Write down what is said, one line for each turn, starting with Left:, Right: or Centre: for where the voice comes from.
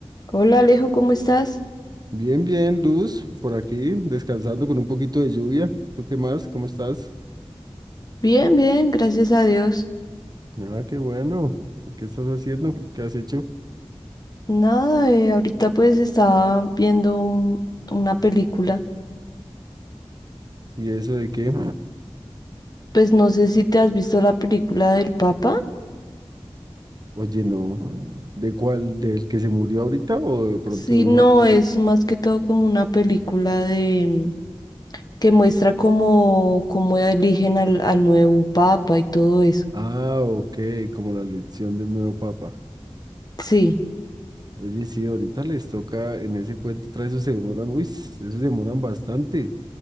Left: Hola Alejo, ¿cómo estás?
Right: Bien, bien, Luz, por aquí, descansando con un poquito de lluvia. ¿Tú qué más? ¿Cómo estás?
Left: Bien, bien, gracias a Dios.
Right: Ah, qué bueno. ¿Y ¿Qué estás haciendo? ¿Qué has hecho?
Left: Nada, eh, ahorita pues estaba viendo un- una película.
Right: ¿Y eso de qué?
Left: Pues no sé si te has visto la película del Papa.
Right: Oye, no. ¿De cuál? ¿Del que se murió ahorita o de pronto
Left: Sí,
Right: de uno
Left: no,
Right: anterior?
Left: es más que todo como una película de que muestra cómo, cómo eligen al, al nuevo Papa y todo eso.
Right: Ah, ok, como la elección del nuevo papa.
Left: Sí,
Right: Oye, sí, ahorita les toca en ese cuento, trae esos se demoran, uy, esos se demoran bastante.